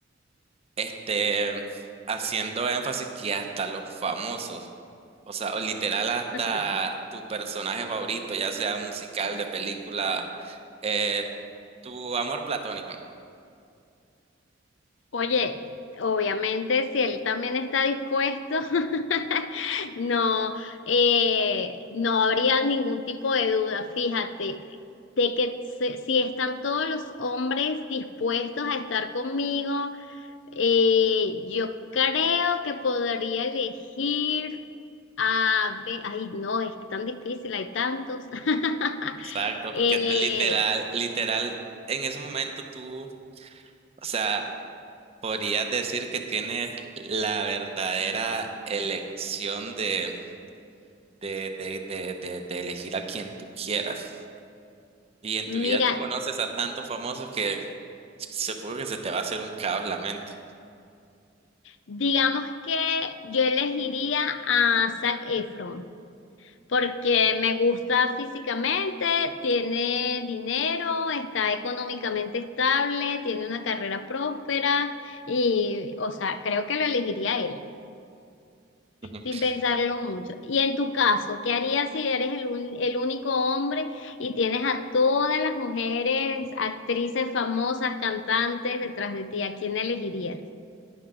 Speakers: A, on the right; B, on the left.
A: este, haciendo énfasis que hasta los famosos, o sea, o literal hasta
B: <laughs>
A: tu personaje favorito, ya sea musical, de película, eh, tu amor platónico.
B: Oye, obviamente si él también está dispuesto, <laughs> no, eh, no habría ningún tipo de duda, fíjate, de que se- si están todos los hombres dispuestos a estar conmigo, eh, yo creo que podría elegir a ve- ay, no, es tan difícil, hay tantos. <laughs>
A: Exacto,
B: Eh,
A: porque de literal, literal, en ese momento tú, o sea, podrías decir que tienes la verdadera elección de de, de, de, de, de elegir a quien tú quieras. Y en
B: mira,
A: tu vida tú conoces a tantos famosos que supongo que se te va a hacer un caos la mente.
B: Digamos que yo elegiría a Zac Efron porque me gusta físicamente, tiene dinero, está económicamente estable, tiene una carrera próspera y, o sea, creo que lo elegiría a él,
A: <laughs>
B: sin pensarlo mucho. Y en tu caso, ¿qué harías si eres el, un- el único hombre y tienes a todas las mujeres, actrices famosas, cantantes detrás de ti? ¿A quién elegirías?